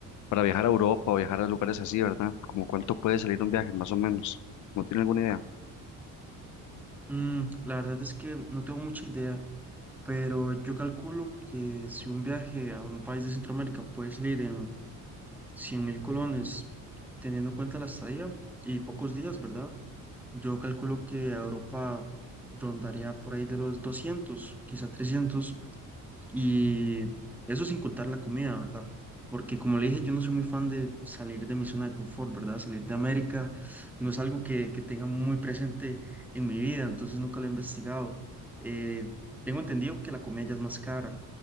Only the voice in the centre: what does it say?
Mm, la verdad es que no tengo mucha idea, pero yo calculo que si un viaje a un país de Centroamérica puede salir en cien mil colones, teniendo en cuenta la estadía y pocos días, ¿verdad? Yo calculo que a Europa rondaría por ahí de los 200, quizá 300 y eso sin contar la comida, ¿verdad? Porque como le dije, yo no soy muy fan de salir de mi zona de confort, ¿verdad? Salir de América no es algo que, que tenga muy presente en mi vida, entonces nunca lo he investigado. Eh, tengo entendido que la comida ya es más cara,